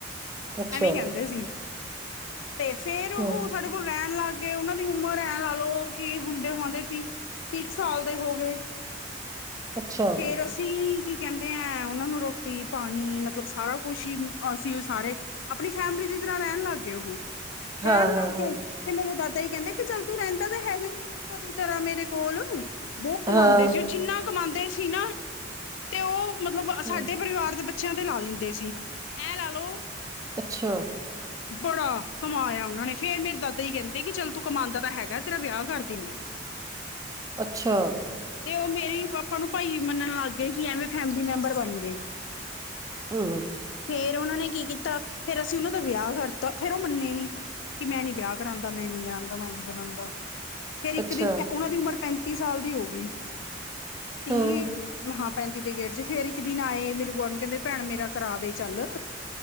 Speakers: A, on the right; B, on the left.
A: ਅੱਛਾ,
B: ਐਵੇਂ ਈ ਕਹਿੰਦੇ ਸੀ ਤੇ ਫੇਰ ਉਹ
A: ਹੂੰ,
B: ਸਾਡੇ ਕੋਲ ਰੈਣ ਲੱਗ ਗਏ ਉਹਨਾਂ ਦੀ ਉਮਰ ਇਹ ਲਾ ਲੋਓ ਕੀ ਹੁੰਦੇ <unintelligible> ਤੀ ਕ ਸਾਲ ਦੇ ਹੋ ਗਏ
A: ਅੱਛਾ
B: ਫੇਰ ਅਸੀਂ ਕੀ ਕਹਿੰਦੇ ਐਂ ਉਹਨਾਂ ਨੂੰ ਰੋ ਟੀ ਪਾਣੀ ਮਤਲਬ ਸਾਰਾ ਕੁਸ਼ ਹੀ ਅਸੀਂ ੳ ਸਾਰੇ ਆਪਣੀ ਫੈਮਿਲੀ ਦੀ ਤਰ੍ਹਾਂ ਰਹਿਣ ਲੱਗ ਗਏ ਉਹ।
A: ਹਾਂ-ਹਾਂ-ਹਾਂ,
B: ਰੈਣ ਲੱਗ ਗਏ ਫੇਰ ਮੇਰੇ ਦਾਦਾ ਯੀ ਕਹਿੰਦੇ ਕਿ ਚੱਲ ਤੂੰ ਰਹਿੰਦਾ ਤਾਂ ਹੈਗਾ ਹੀ ਆ ਪੁੱਤ ਦੀ ਤਰ੍ਹਾਂ ਮੇਰੇ ਕੋਲ। ਬਹੁਤ ਕਮਾਂਦੇ
A: ਹਾਂ,
B: ਸੀ ਉਹ ਜਿੰਨਾ ਕਮਾਂਦੇ ਸੀ ਨਾਂ ਤੇ ਉਹ ਮਤਲਬ
A: ਹੂੰ,
B: ਸਾਡੇ ਪਰਿਵਾਰ ਦੇ ਬੱਚਿਆਂ ਤੇ ਲਾ ਦਿੰਦੇ ਸੀ ਐਂ ਲਾ ਲਓ
A: ਅੱਛਾ
B: ਬੜਾ ਕਮਾਇਆ ਉਹਨਾ ਨੇ ਫੇਰ ਮੇਰੇ ਦਾਦਾ ਯੀ ਕਹਿੰਦੇ ਕਿ ਚੱਲ ਤੂੰ ਕਮਾਂਦਾ ਤਾਂ ਹੈਗਾ ਤੇਰਾ ਵਿਆਹ ਕਰ ਦੀਨਾ।
A: ਅੱਛਾ
B: ਤੇ ਉਹ ਮੇਰੇ ਈ ਪਾਪਾ ਨੂੰ ਭਾਈ ਮੰਨਣ ਲੱਗ ਗਏ ਕੀ ਐਵੇਂ ਫੈਮਲੀ ਮੈਂਬਰ ਬਣ ਗਏ।
A: ਹੂੰ ਹੂੰ
B: ਫੇਰ ਉਹਨਾਂ ਨੇ ਕੀ ਕੀਤਾ, ਫੇਰ ਅਸੀਂ ਉਹਨਾਂ ਦਾ ਵਿਆਹ ਕਰਤਾ ਫੇਰ ਉਹ ਮੰਨੇ ਨੀ। ਕਿ ਮੈਂ ਨੀ ਵਿਆਹ ਕਰਾਂਦਾ ਮੈਂ ਨੀ ਕਰਾਂਦਾ ਮੈਂ ਨੀ ਕਰਾਂਦਾ। ਫੇਰ ਇੱਕ
A: ਅੱਛਾ,
B: ਦਿਨ ਉਹਨਾਂ ਦੀ ਉਮਰ ਪੈਂਤੀ ਸਾਲ ਦੀ ਹੋਗੀ, ਤੀਹ
A: ਹੂੰ,
B: ਪੈਂਤੀ ਦੇ ਗੇੜ 'ਚ ਫੇਰ ਇੱਕ ਦਿਨ ਆਏ ਮੇਰੀ ਬੂਆ ਨੂੰ ਕਹਿੰਦੇ ਭੈਣ ਮੇਰਾ ਕਰਾ ਦੇ ਚੱਲ।